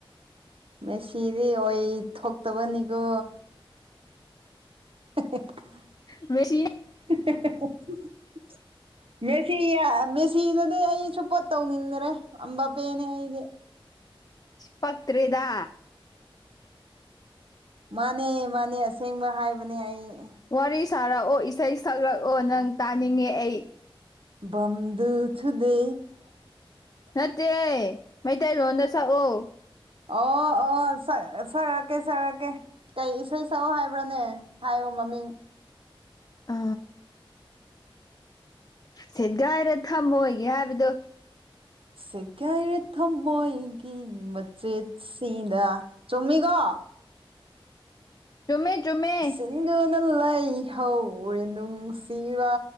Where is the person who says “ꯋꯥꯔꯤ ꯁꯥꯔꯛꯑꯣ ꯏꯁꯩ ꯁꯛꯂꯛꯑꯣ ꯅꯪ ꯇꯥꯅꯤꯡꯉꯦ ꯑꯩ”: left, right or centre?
Left